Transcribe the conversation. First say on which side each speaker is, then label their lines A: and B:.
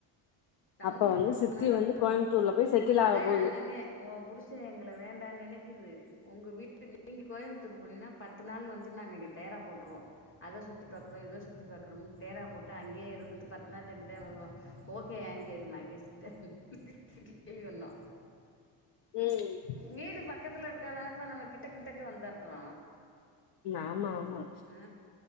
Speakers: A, on the left; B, on the left.
A: டவுன்ல
B: அப்ப வந்து
A: <inaudible>
B: சித்தி வந்து கோயம்புத்தூர்ல போய் செட்டில்
A: அதே
B: ஆக போது
A: நா சொன்னே ஓ புருஷ் ஷ எங்கள வேண்டானு நெனைக்குது உங்க வீட்டுக்கு நீங்க கோயமுத்தூர் போனீனா பத்து நாள் வந்து நாங்க இங்க டேரா போட்டுருவோ அத சுத்தி பாக்குறோ இத சுத்தி பார்குறோம்னு டேரா போட்டு அங்கேயே இருந்துட்டு பத்நாள் சென்டுதா வருவோ ஓகேயான்னு கேளு மகேஸுட்ட <inaudible> கேள்வி வர்ணு
B: ம்
A: வீடு பக்கத்துல இருக்க தானப்ப நமக்கு கிட்ட கிட்டக்கு வந்தர்லா
B: ஆமா ஆமா
A: ஆ